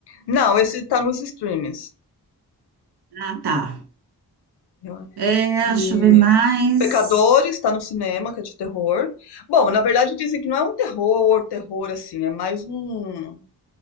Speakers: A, on the left; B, on the right.
A: Não, esse tá nos streamings.
B: Ah, tá.
A: Eu-
B: É,
A: E
B: deixa eu ver mais.
A: Pecadores está no cinema, que é de terror. Bom, na verdade dizem que não é um terror, terror assim, é mais um,